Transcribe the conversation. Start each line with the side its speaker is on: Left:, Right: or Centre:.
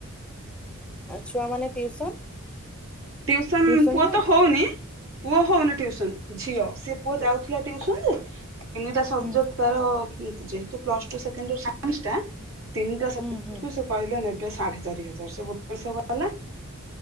Centre: ଆଉ ଛୁଆ ମାନେ ଟିଉସନ
Right: ଟ୍ୟୁଶନ୍
Centre: ଟିଉସନ
Right: ପୁଅ
Centre: ଯେ
Right: ତ ହଉନି ପୁଅ ହଉନି ଟିଉସନ ଝିଅ ସେ ପୁଅ ଯାଉଥିଲା ଟିଉସନ ଯେ ତିନିଟା ସବଜେକ୍ଟ
Centre: ହୁଁ
Right: ତାର ଯେହେତୁ ପ୍ଲସ ଟୁ ସେକେଣ୍ଡିଅର ସାଇନ୍ସ ଟା ତିନି ଟା ସବଜେକ୍ଟ
Centre: ହୁଁ ହୁଁ
Right: କୁ ସେ କହିଲେ ନେବେ ସାଢେ ଚାରି ହଜାର ସେ ଗୋଟେ ସ ଗଲା